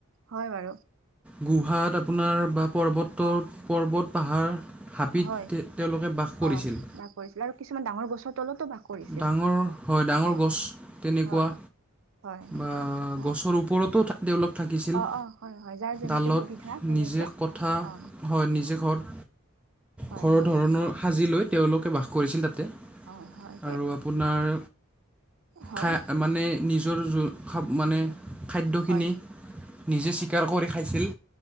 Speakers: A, on the right; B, in the centre.
A: হয়, বাৰু।
B: গুহাত আপোনাৰ বা পৰ্বতত পৰ্বত-পাহাৰ হাবিত
A: হয়
B: তে তেওঁলোকে বাস
A: অ
B: কৰিছিল।
A: বাস কৰিছিল আৰু কিছুমান ডাঙৰ গছৰ তলতো বাস কৰিছিল
B: ডাঙৰ হয় ডাঙৰ
A: অ
B: গছ তেনেকুৱা
A: হয় হয়
B: বা
A: অ
B: গছৰ ও ওপৰতো তেওঁলোক থাকিছিল।
A: অ অ হয় হয় যাৰ যেনেকে
B: ডালত
A: সুবিধা তেনেকে
B: নিজে কথা
A: অ
B: হয়, নিজে ঘৰ
A: হয়-হয়।
B: ঘৰৰ ধৰণৰ সাজি লৈ তেওঁলোকে বাস কৰিছিল তাতে।
A: হয়-হয়।
B: আৰু আপোনাৰ
A: হয়
B: খাই <unintelligible> মানে নিজৰ <unintelligible> মানে খাদ্যখিনি
A: হয়
B: নিজে চিকাৰ কৰি খাইছিল।